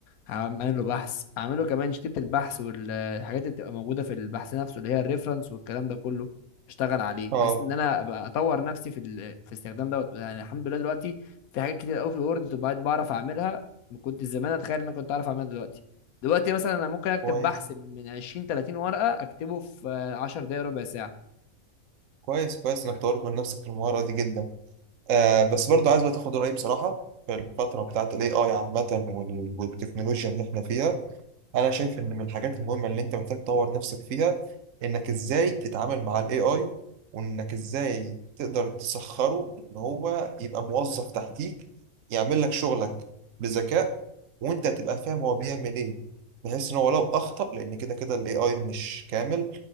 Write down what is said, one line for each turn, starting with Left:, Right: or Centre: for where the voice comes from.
Left: هعمل له بحث اعمله كمان شتيت البحث والحاجات اللي بتبقى موجوده في البحث نفسه اللي هي الريفرنس والكلام ده كله اشتغل عليه
Right: اه
Left: بحيث ان انا ابقى اطور نفسي في ال... في الاستخدام دوت يعني الحمد لله دلوقتي في حاجات كتير قوي في الوورد بقيت بعرف اعملها ما كنت زمان اتخيل ان انا كنت اعرف اعملها دلوقتي دلوقتي مثلا انا ممكن اكتب
Right: كويس
Left: بحث من 20 30 ورقه اكتبه في 10 دقائق ربع ساعه
Right: كويس كويس انك طورت من نفسك في المهاره دي جدا آه بس برضو عايز بقى تاخد رأيي بصراحة في الفترة بتاعت ال AI عامة وال- والتكنولوجيا اللي احنا فيها أنا شايف إن من الحاجات المهمة اللي أنت محتاج تطور نفسك فيها إنك إزاي تتعامل مع ال AI وإنك إزاي تقدر تسخره إن هو يبقى موظف تحتيك يعمل لك شغلك بذكاء وأنت تبقى فاهم هو بيعمل إيه بحيث إن هو لو أخطأ لأن كده كده ال AI مش كامل